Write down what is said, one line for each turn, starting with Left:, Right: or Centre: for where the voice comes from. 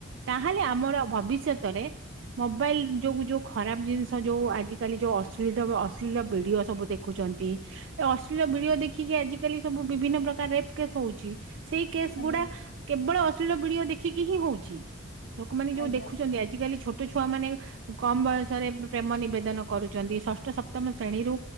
Right: ତାହେଲେ ଆମର ଭବିଷ୍ୟତରେ ମୋବାଇଲ ଯୋଗୁ ଯୋଉ ଖରାପ ଜିନିଷ ଯୋଉ ଆଜିକାଲି ଅଶ୍ଳୀତ ଅଶ୍ଳୀଳ ଭିଡିଓ ସବୁ ଦେଖୁ ଖୁଛନ୍ତି ଅଶ୍ଳୀଳ ଭିଡିଓ ଦେଖିକି ଆଜିକାଲି ସବୁ ବିଭିନ୍ନ ପ୍ରକାର ରେପ୍ କେସ୍ ହଉଛି। ସେଇ
Left: ଆଜ୍ଞା
Right: କେସ୍ ଗୁଡା କେବଳ ଅଶ୍ଳୀଳ ଭିଡିଓ ଦେଖିକି ହିଁ ହଉଛି। ଲୋକମାନେ ଯୋଉ
Left: ଆଜ୍ଞା ଆଜ୍ଞା
Right: ଦେଖୁଛନ୍ତି ଆଜିକାଲି ଛୋ ଟ ଛୁଆ ମାନେ କମ ବୟସରେ ପ୍ରେମ ନିବେଦନ କରୁଛନ୍ତି ଷଷ୍ଠ ସପ୍ତମ ଶ୍ରେଣୀରୁ।